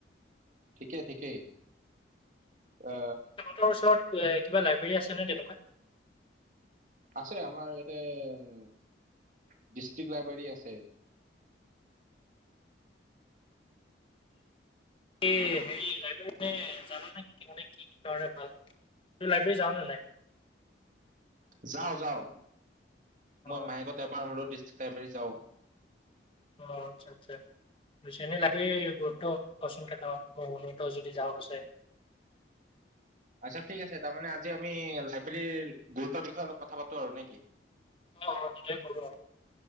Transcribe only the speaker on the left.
তোমাৰ ওচৰত এ কিবা লাইব্ৰৰী আছে নে তেনেকুৱা?
এ হেৰি লাইব্ৰেৰী মানে জানা নে কি মানে কি কাৰণে ভাল, তই লাইব্ৰেৰী যাও নে নাই?
অ',
অ আচ্ছা আচ্ছা। পিছে এনে লাগি গুৰুত্ব কচোন কেইটামান মই হলোত যদি যাওঁ পিছে।
অ' অ'! তাকে কৰোঁ।